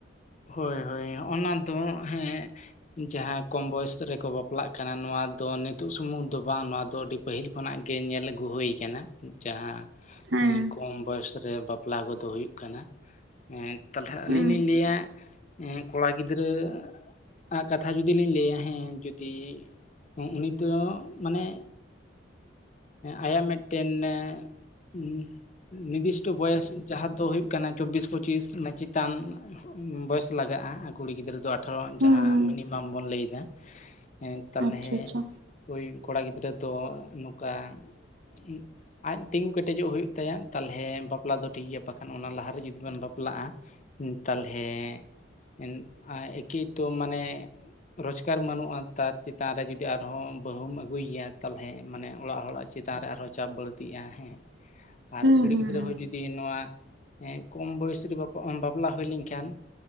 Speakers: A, on the left (about 35°); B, on the right (about 65°).
A: ᱦᱳᱭ ᱦᱳᱭ ᱚᱱᱟ ᱫᱚ ᱦᱮᱸ ᱡᱟᱦᱟᱸ ᱠᱚᱢ ᱵᱚᱭᱚᱥ ᱨᱮᱠᱚ ᱵᱟᱯᱞᱟᱜ ᱠᱟᱱᱟ ᱱᱚᱣᱟ ᱫᱚ ᱱᱤᱛ ᱛᱩᱜ ᱥᱩᱢᱩᱜ ᱫᱚ ᱵᱟᱝ ᱱᱚᱣᱟ ᱫᱚ ᱟᱹᱰᱤ ᱯᱟᱹᱦᱤᱞ ᱠᱷᱚᱱᱟᱜ ᱜᱮ ᱧᱮᱞ ᱟᱹᱜᱩ ᱦᱩᱭ ᱠᱟᱱᱟ᱾ ᱡᱟᱦᱟᱸ
B: ᱦᱮᱸ
A: ᱮᱸ ᱠᱚᱢ ᱵᱚᱭᱚᱥ ᱨᱮ ᱵᱟᱯᱞᱟ ᱠᱚᱫᱚ ᱦᱩᱭᱩᱜ ᱠᱟᱱᱟ ᱮᱸᱱ ᱛᱟᱞᱦᱮ ᱟᱹᱞᱤᱧ
B: ᱦᱮᱸ
A: ᱞᱤᱧ ᱞᱟᱹᱭᱟ ᱮᱸ ᱠᱚᱲᱟ ᱜᱤᱫᱽᱨᱟᱹ ᱟᱜ ᱠᱟᱛᱷᱟ ᱡᱩᱫᱤ ᱞᱤᱧ ᱞᱟᱹᱭᱟ ᱦᱮᱸ ᱡᱩᱫᱤ ᱩ ᱩᱱᱤ ᱫᱚ ᱢᱟᱱᱮ ᱟᱭᱟᱜ ᱢᱮᱴᱴᱮᱱ ᱦᱮᱸ ᱩᱸ ᱱᱤᱨᱫᱤᱥᱴᱚ ᱵᱚᱭᱮᱥ ᱡᱟᱦᱟᱸ ᱫᱚ ᱦᱩᱭᱩᱜ ᱠᱟᱱᱟ ᱪᱚᱵᱽᱵᱤᱥ ᱯᱚᱸᱪᱤᱥ ᱚᱱᱮ ᱪᱤᱛᱟᱱ ᱵᱚᱭᱮᱥ ᱞᱟᱜᱟᱜᱼᱟ ᱟ ᱠᱩᱲᱤ ᱜᱤᱫᱽᱨᱟᱹ ᱫᱚ ᱟᱴᱷᱟᱨᱚ
B: ᱦᱩᱸ
A: ᱡᱟᱦᱟᱸ
B: ᱦᱩᱸ
A: ᱢᱤᱱᱤᱢᱟᱢ ᱵᱚᱱ ᱞᱟᱹᱭᱫᱟ᱾ ᱦᱮᱸ ᱛᱟᱞᱦᱮ
B: ᱟᱪᱪᱷᱟ ᱟᱪᱪᱷᱟ
A: ᱦᱳᱭ ᱠᱚᱲᱟ ᱜᱤᱫᱽᱨᱟᱹ ᱫᱚ ᱱᱚᱠᱟ ᱩᱸᱜ ᱟᱡ ᱛᱤᱸᱜᱩ ᱠᱮᱴᱮᱡᱚᱜ ᱦᱩᱭᱩᱜ ᱛᱟᱭᱟ ᱛᱟᱞᱦᱮ ᱵᱟᱯᱞᱟ ᱫᱚ ᱴᱷᱤᱠ ᱜᱮᱭᱟ ᱵᱟᱠᱷᱟᱱ ᱚᱱᱟ ᱞᱟᱦᱟᱨᱮ ᱡᱩᱫᱤ ᱵᱮᱱ ᱵᱟᱯᱞᱟᱜᱼᱟ ᱛᱟᱞᱦᱮ ᱮᱱ ᱟᱭ ᱮᱠᱤ ᱛᱚ ᱢᱟᱱᱮ ᱨᱚᱡᱽᱜᱟᱨ ᱢᱟᱹᱱᱩᱜᱼᱟ ᱛᱟᱨ ᱪᱮᱛᱟᱱ ᱨᱮ ᱡᱩᱫᱤ ᱟᱨᱦᱚᱸ ᱵᱟᱹᱦᱩᱢ ᱟᱹᱜᱩᱭᱭᱟ ᱛᱟᱞᱦᱮ ᱢᱟᱱᱮ ᱚᱲᱟᱜ ᱦᱚᱲᱟᱜ ᱪᱤᱛᱟᱱ ᱨᱮ ᱟᱨᱦᱚᱸ ᱪᱟᱯ ᱵᱟᱹᱲᱛᱤᱜᱼᱟ ᱦᱮᱸ᱾
B: <inaudible>
A: ᱟᱨ ᱠᱩᱲᱤ
B: ᱦᱩᱸ
A: ᱜᱤᱫᱽᱨᱟᱹ
B: ᱦᱩᱸ
A: ᱦᱚᱸ ᱡᱩᱫᱤ ᱱᱚᱣᱟ ᱮᱸᱜ ᱠᱚᱢ ᱵᱚᱭᱮᱥ ᱨᱮ ᱵᱟᱯᱟ ᱵᱟᱯᱞᱟ ᱦᱩᱭ ᱞᱮᱱᱠᱷᱟᱱ